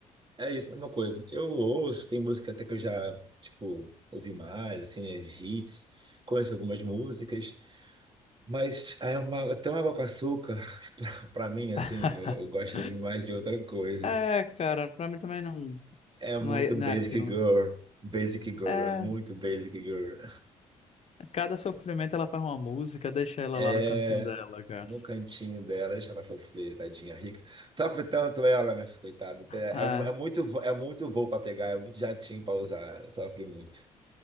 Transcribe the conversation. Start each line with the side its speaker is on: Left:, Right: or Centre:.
Right: É isso, mesma coisa. Eu ouço, tem música até que eu já, tipo, ouvi mais, assim, né, hits, conheço algumas músicas, mas aí é uma, até uma água com açúcar, <laughs> pra, pra mim, assim,
Left: <laughs>
Right: eu gosto demais de outra coisa.
Left: É, cara, pra mim também não.
Right: É muito
Left: Não é, não
Right: Basic
Left: é aquilo.
Right: Girl, Basic Girl,
Left: É,
Right: é muito Basic Girl.
Left: cada sofrimento ela faz uma música, deixa ela
Right: É,
Left: lá no cantinho dela, cara.
Right: no cantinho dela, deixa ela sofrer, tadinha rica. Sofre tanto ela, minha filha, coitada. É,
Left: Ah,
Right: é muito, vo- é muito voo pra pegar, é muito jatinho pra usar, sofre muito.